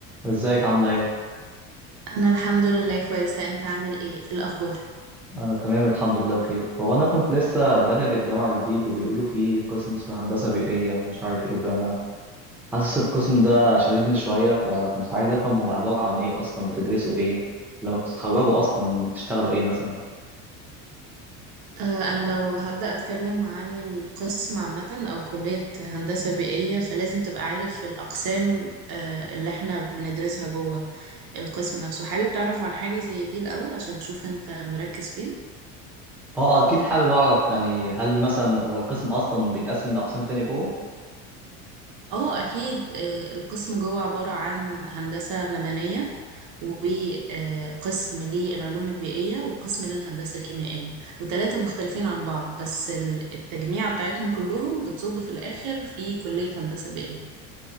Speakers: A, in the centre; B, on the right.
A: ازيك عاملة ايه؟
B: أنا الحمد لله كويسة أنت عامل إيه إيه الأخبار؟
A: أنا تمام الحمد لله بخير هو أنا كنت لسه داخل الجامعة جديد وبيقولوا فيه قسم اسمه هندسة بيئية ومش عارف ايه فأنا حاسس القسم ده شددني شوية فكنت عايز أفهم هو عبارة عن ايه أصلا بتدرسوا ايه؟ لما بتتخرجوا أصلا بتشتغلوا ايه مثلا؟
B: آه أنا لو هبدأ أتكلم عن القسم عامة أو كلية هندسة بيئية فلازم تبقى عارف الأقسام آه اللي إحنا بندرسها جوه القسم نفسه حابب تعرف عن حاجة زي دي الأول عشان تشوف أنت مركز فين؟
A: اه أكيد حابب أعرف يعني هل مثلا هو القسم أصلا بيتقسم لأقسام تاني جوه؟
B: اه اكيد آه، القسم جوه عبارة عن هندسة مدنية وقسم للعلوم البيئية وقسم للهندسة الكيميائية وتلاتة مختلفين عن بعض بس ال- التجميع بتاعتهم كلهم بتصب في الآخر في كلية هندسة بيئية